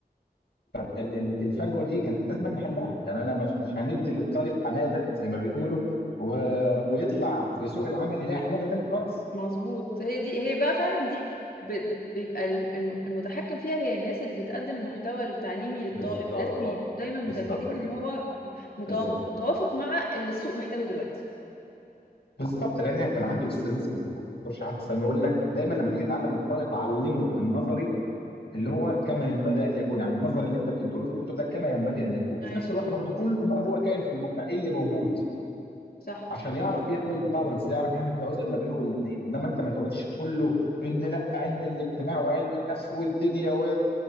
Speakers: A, on the left; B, on the left.
A: طب ال- ال- الفجوه دي كان لازم نحلها يعني انا مش مش هندي للطالب حماده زي ما بيقولوا و... ويطلع في سوق العمل يلاقي حماده تاني خالص
B: مظبوط هي دي هي بقى فعلا دي ب... بيبقى الم- الم- المتحكم فيها هي الناس اللي بتقدم المحتوى التعليمي للطالب
A: بالظبط
B: لازم يبقوا دايما متأكدين
A: بالظبط كده
B: ان هو
A: بالظبط
B: متو- متوافق مع اللي السوق محتاجه دلوقتي
A: بالظبط لان كان عندي استاذ اسمه دكتور شحاته السامي يقول لك دايما لما تيجي تعلم الطالب علمه النظري اللي هو كما ينبغي ان يكون يعني النظر اللي انت بتديله في الكتب ده كما ينبغي ان يكون في
B: ايوه
A: نفس الوقت برضه قول له ما هو كائن في المجتمع ايه اللي موجود
B: صح
A: عشان يعرف يعمل بالانس يعرف يعمل توازن ما بينهم الاثنين انما انت ما تقعدش تقول له ان لا علم الاجتماع وعلم النفس والدنيا و...